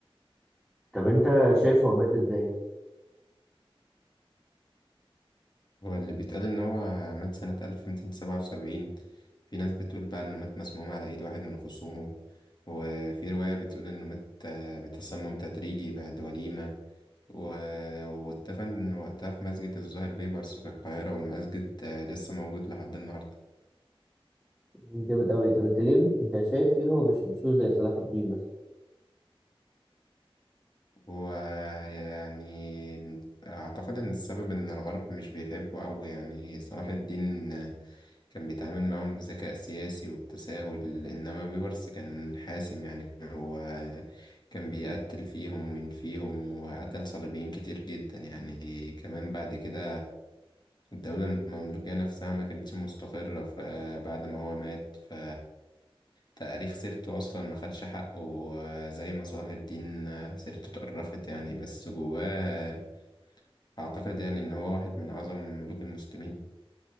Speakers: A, in the centre; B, on the left.
A: طب انت شايف هو مات ازاي؟
B: هو اللي بيتقال إن هو مات سنة 1277 في ناس بتقول بقى إنه مات مسموم على إيد واحد من خصومه وفي رواية بتقول إنه مات آه، بتسمم تدريجي بعد وليمة و- واتدفن وقتها في مسجد الزهر بيبرس في القاهرة والمسجد آه، لسه موجود لحد النهاردة
A: مم، جامد قوي طب انت ليه انت شايف ليه هو مش مشهور زي صلاح الدين مثلا؟
B: هو يعني أعتقد إن السبب إن الغرب مش بيحبه أوي يعني صلاح الدين كان بيتعامل معاهم بذكاء سياسي وبتساهل إنما بيبرس كان حاسم يعني هو كان بيقتل فيهم وينفيهم وقتل صليبيين كتير جدا يعني كمان بعد كده الدولة المملوكية نفسها ما كانتش مستقرة فبعد ما هو مات ف تاريخ سيرته أصلا ما خدش حقه زي ما صلاح الدين سيرته اتقرفت يعني بس جواه أعتقد يعني إن هو واحد من أعظم ملوك المسلمين